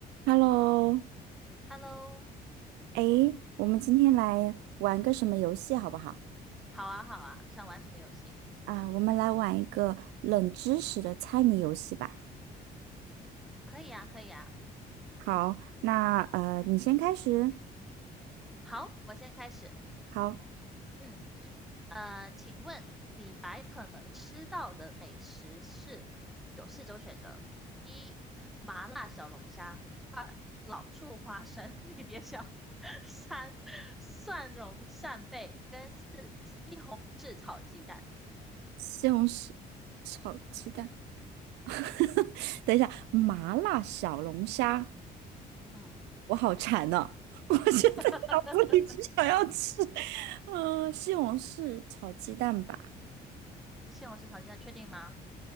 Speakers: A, on the right; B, in the centre.
A: Hello，
B: Hello，
A: 哎，我们今天来玩个什么游戏好不好？
B: 好啊，好啊，想玩什么游戏？
A: 啊，我们来玩一个冷知识的猜谜游戏吧。
B: 可以啊，可以啊。
A: 好，那呃，你先开始。
B: 好，我现在开始。
A: 好，
B: 嗯，呃，请问李白可能吃到的美食是有四种选择：一、麻辣小龙虾；二、老醋花生，<laughs> 你别笑；<laughs> 三、蒜蓉扇贝；跟四、西红柿炒鸡蛋。
A: 西红柿炒鸡蛋。<laughs> 等一下，麻辣小龙虾，
B: 嗯，
A: 我好馋呢、<laughs> 我现在
B: <laughs>
A: <laughs> 脑子里只想要吃，呃，西红柿炒鸡蛋吧。
B: 西红柿炒鸡蛋确定吗？